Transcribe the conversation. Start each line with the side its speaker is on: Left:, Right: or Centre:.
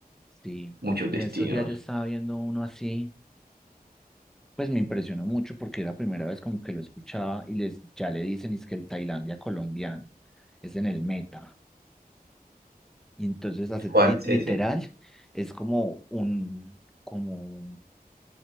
Centre: Sí.
Right: Muchos destinos.
Centre: En estos días yo estaba viendo uno así, pues me impresionó mucho porque era la primera vez como que lo escuchaba y les, ya le dicen, es que el Tailandia colombiano es en el meta. Y entonces, hace
Right: ¿Cuál
Centre: tri- literal,
Right: es ese?
Centre: es como un, como